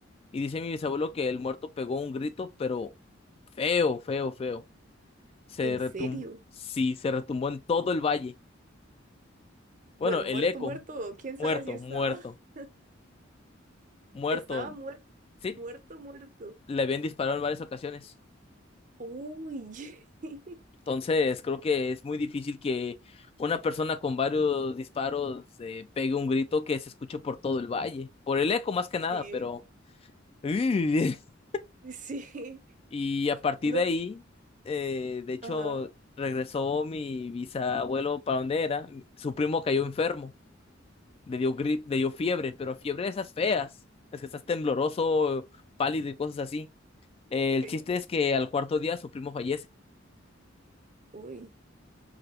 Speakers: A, on the left; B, on the right.
A: Y dice mi bisabuelo que el muerto pegó un grito, pero feo, feo, feo. Se
B: ¿En
A: retumbó,
B: serio?
A: sí, se retumbó en todo el valle. Bueno,
B: Bueno,
A: el
B: muerto,
A: eco,
B: muerto, quién sabe
A: muerto,
B: si estaba.
A: muerto,
B: <laughs>
A: muerto.
B: Estaba muerto,
A: Sí,
B: muerto, muerto.
A: le habían disparado en varias ocasiones.
B: Uy, <laughs>
A: Entonces, creo que es muy difícil que una persona con varios disparos eh, pegue un grito que se escuche por todo el valle. Por el eco más que nada,
B: sí,
A: pero... <laughs>
B: sí,
A: Y a partir
B: no
A: de ahí,
B: sé,
A: eh, de hecho,
B: ajá,
A: regresó mi bisabuelo para donde era. Su primo cayó enfermo, le dio grip, le dio fiebre, pero fiebre de esas feas. Es que estás tembloroso, pálido y cosas así. Eh,
B: sí,
A: el chiste es que al cuarto día su primo fallece.
B: uy,